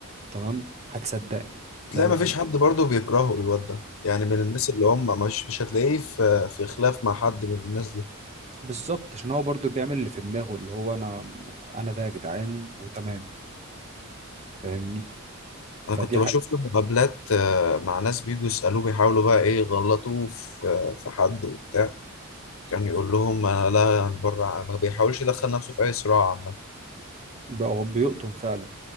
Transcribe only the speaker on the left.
تلاقي
ما فيش حد برضه بيكرهه الواد ده يعني من الناس اللي هم مش مش هتلاقيه في في خلاف مع حد من الناس دي
انا كنت بشوف
له مقابلات آه، مع ناس بيجوا يسالوه بيحاولوا بقى ايه يغلطوه في في حد وبتاع كان يقول لهم انا لا بره ما بيحاولش يدخل نفسه في اي صراع عامه